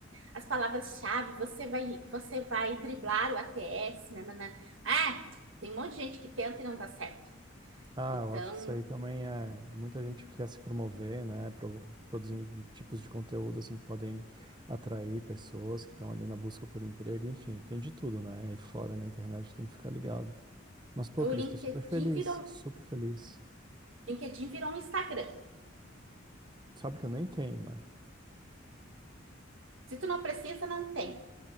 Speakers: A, on the right (about 85°); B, on the right (about 25°).
A: as palavras-chave, você vai, você vai driblar o ATS, nanana. Ah, tem um monte de gente que tenta e não dá certo.
B: Ah,
A: Então,
B: eu acho que isso aí também é muita gente que quer se promover, né? pro- produzindo tipos de conteúdo assim que podem atrair pessoas que estão ali na busca por emprego, enfim, tem de tudo, né? Aí fora na internet tem que ficar ligado. Mas, pô,
A: o
B: Cris,
A: LinkedIn
B: tô super feliz,
A: virou,
B: super feliz.
A: LinkedIn virou um Instagram.
B: Sabe que eu nem tenho, né?
A: Se tu não precisa, não tem.